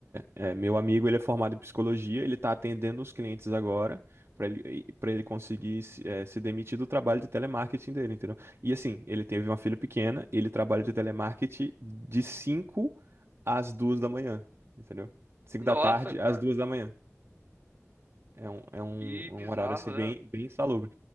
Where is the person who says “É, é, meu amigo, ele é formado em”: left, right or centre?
Right